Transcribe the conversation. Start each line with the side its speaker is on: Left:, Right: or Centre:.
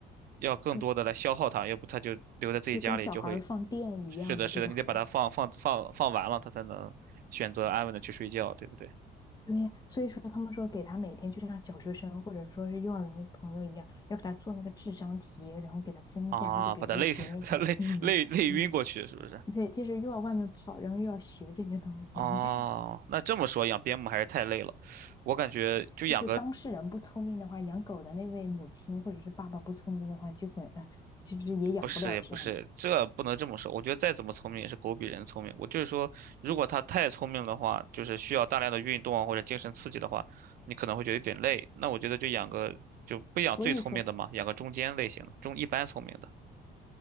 Right: 要更多的来消耗它，
Left: 跟
Right: 要不它就留在自己家里就会
Left: 就跟小孩儿放电一样的，
Right: 是的，是的，
Left: 对吧？
Right: 你得把它放放放放完了，它才能选择安稳的去睡觉，对不对？
Left: 对，所以说他们说给他每天就像小学生或者说是幼儿园的朋友一样，要给他做那个智商题，然后给他增加，
Right: 啊，
Left: 就比如说学那些，
Right: 把它累，<laughs> 把它累累累晕过去，
Left: <laughs> 嗯
Right: 是不是？
Left: 对，就是又要外面跑，然后又要学这些东西。
Right: 哦，
Left: <laughs>
Right: 那这么说养边牧还是太累了，我感觉就养个
Left: 就是当事人不聪明的话，养狗的那位母亲或者是爸爸不聪明的话，就会，呃其实也养不了这样的。
Right: 不是也不是，这不能这么说。我觉得再怎么聪明也是狗比人聪明。我就是说，如果它太聪明的话，就是需要大量的运动啊或者精神刺激的话，你可能会觉得有点累。那我觉得就养个就不养最聪明的嘛，
Left: 所以说，
Right: 养个中间类型的，中一般聪明的。